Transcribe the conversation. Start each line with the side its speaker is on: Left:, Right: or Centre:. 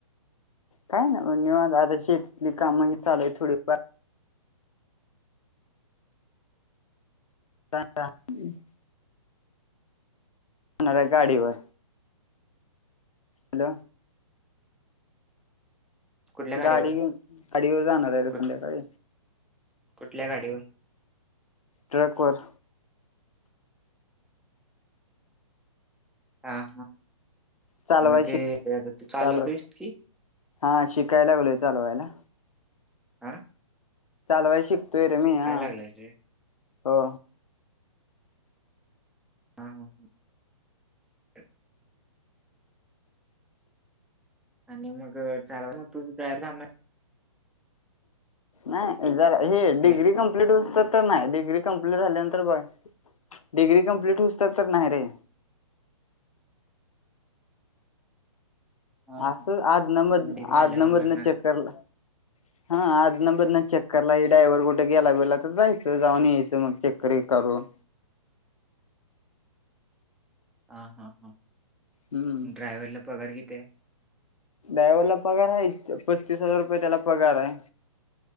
Left: काय ना मग निवांत आता शेतीतली काम ही चालु हैत थोडीफार. <inaudible> होणार आहे गाडीवर. हॅलो.
Centre: कुठल्या गाडीवर
Left: गाडी घेऊन गाडी घेऊ जाणार आहे रे
Centre: कुठ
Left: संध्याकाळी.
Centre: कुठल्या गाडीवर
Left: ट्रॅक वर.
Centre: हा हा
Left: चालवाय
Centre: मग
Left: शिक
Centre: ते <unintelligible> तू चालवतोस
Left: चालव
Centre: की.
Left: हा शिकाय लागलोय चालवायला.
Centre: <unintelligible>
Left: चालवाय शिकतोय रे,
Centre: शिकायला
Left: मी हा
Centre: लागलायस रे.
Left: हो.
Centre: हा हा हा. आणि मग चलावा मग तुझे पयर थांबणार.
Left: नाही जरा हे
Centre: काय?
Left: डिग्री कंप्लीट हूसतर. तर नाही डग्री कंप्लीट झाल्यानंतर बघ, डिग्री कंप्लीट होसत तर नाही रे.
Centre: हां,
Left: असं
Centre: हां.
Left: आज नमद
Centre: डिग्री झाल्यावर
Left: आज नमदने
Centre: करणार.
Left: चेक करला. हा आदल बदल चक्करलाही डायव्हर कुठे गेला, गेला तर जायचं जाऊन यायचं मग चक्कर एक करून.
Centre: हा हा हा,
Left: हम्म
Centre: ड्रायव्हरला पगार किती.
Left: ड्रायव्हरला पगार आहे. पस्तीस हजार रुपये त्याला पगार आहे.